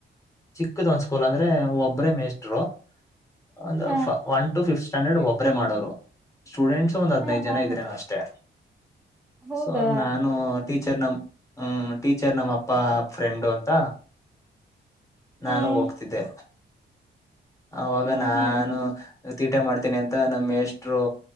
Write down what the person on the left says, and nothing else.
ಚಿಕ್ಕದ ಒಂದ ಸ್ಕೂಲ್ ಅಂದ್ರೆ ಒಬ್ಬ್ರೇ ಮೇಸ್ರು ಒಂದ
ಒನ್ ಟು ಫಿಫ್ತ್ ಸ್ಟ್ಯಾಂಡರ್ಡ್ ಒಬ್ಬ್ರೇ ಮಾಡೋರು ಸ್ಟೂಡೆಂಟ್ಸ ಒಂದ್ ಹದ್ನೈದು
ಜನ
ಇದ್ರೆ
ನಾವ ಅಷ್ಟೇ
ಸೊ ನಾನು ಟೀಚರ್ ನಮ ಹ್ಮ ಟೀಚರ್ ನಮ್ಮ್ ಅಪ್ಪ ಫ್ರೆಂಡು ಅಂತ ನಾನು
ಹೋಗ್ತಿದ್ದೆ ಅವಾಗ
ನಾನು
ತೀಟ ಮಾಡ್ತೇನಿ ಅಂತ ನಮ್ಮ್ ಎಷ್ಟರು